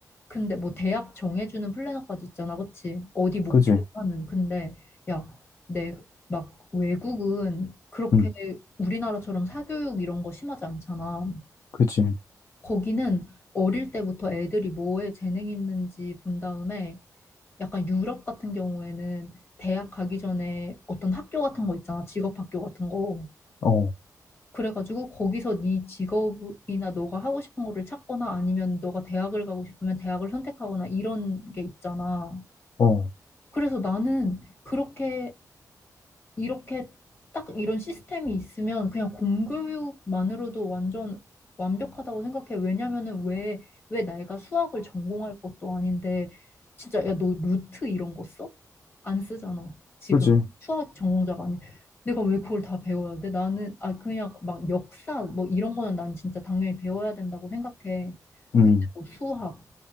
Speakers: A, on the left (about 35°); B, on the left (about 55°).
A: 근데 뭐 대학 정해주는 플래너까지 있잖아, 그치? 어디 목표하는.
B: 그지?
A: 근데 야, 내 막 외국은 그렇게
B: 응,
A: 우리나라처럼 사교육 이런 거 심하지 않잖아.
B: 그지?
A: 거기는 어릴 때부터 애들이 뭐에 재능 있는지 본 다음에 약간 유럽 같은 경우에는 대학 가기 전에 어떤 학교 같은 거 있잖아, 직업 학교 같은 거.
B: 어,
A: 그래가지고 거기서 네 직업이나 너가 하고 싶은 거를 찾거나 아니면 너가 대학을 가고 싶으면 대학을 선택하거나 이런 게 있잖아.
B: 어,
A: 그래서 나는 그렇게 이렇게 딱 이런 시스템이 있으면 그냥 공교육만으로도 완전 완벽하다고 생각해. 왜냐면은 왜, 왜 내가 수학을 전공할 것도 아닌데 진짜 야, 너 루트 이런 거 써? 안 쓰잖아. 지금
B: 그지?
A: 수학 전공자가 아니. 내가 왜 그걸 다 배워야 돼? 나는 아 그냥 막 역사 뭐 이런 거는 난 진짜 당연히 배워야 된다고 생각해.
B: 응,
A: 근데 뭐 수학